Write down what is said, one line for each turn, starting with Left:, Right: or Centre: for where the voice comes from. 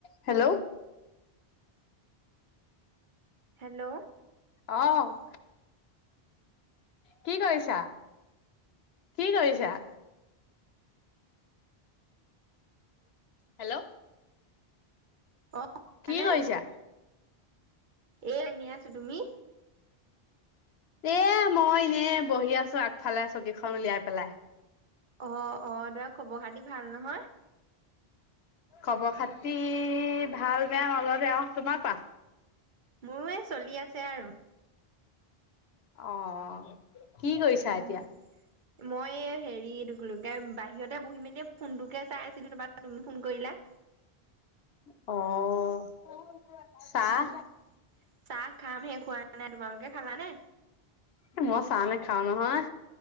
Left: Hello?
Right: Hello?
Left: অ'। কি কৰিছা? কি কৰিছা? হেল্ল'?
Right: অ মানে
Left: কি কৰিছা?
Right: এ এনেই আছোঁ। তুমি?
Left: এ মই এনে বহি আছোঁ আগফালে, চকীখন উলিয়াই পেলাই।
Right: অ' - অ' দাৰ খবৰ-খাতি ভাল, নহয়?
Left: খবৰ-খাতি ভাল বেয়া মাজতে আও। তোমাৰ কোৱা।
Right: মোৰ এই চলি আছে আৰু।
Left: অ'। কি কৰিছা
Right: উম।
Left: এতিয়া
Right: মই এই হেৰি এইটো কলো কে বাহিৰতে বহি মেলি ফোনটোকে চাই আছিলোঁ। <unintelligible> তুমি ফোন কৰিলা।
Left: অ'। চাহ
Right: উম, চাহ খাম হে। খোৱা নাই। তোমালোকে খালানে?
Left: এ মই চাহ নেখাওঁ নহয়।